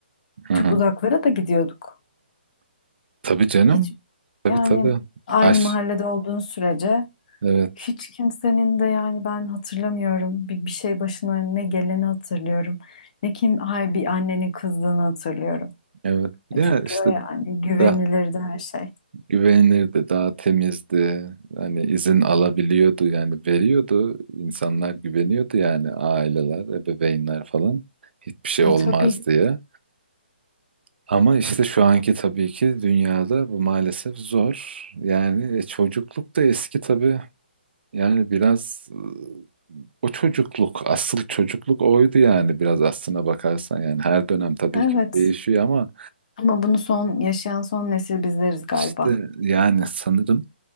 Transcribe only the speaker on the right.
Hı
hı.
Tabii canım.
Tabii
tabii.
Aş.
Evet.
Evet.
Ya
işte
daha
güvenilirdi, daha temizdi. Hani izin alabiliyordu yani veriyordu. İnsanlar güveniyordu yani aileler, ebeveynler falan. Hiçbir şey
olmaz
diye. Ama işte şu anki tabii ki dünyada bu maalesef zor. Yani e, çocukluk da eski tabii. Yani biraz e, o çocukluk, asıl çocukluk oydu yani biraz aslına bakarsan. Yani her dönem tabii
ki değişiyor ama
işte yani sanırım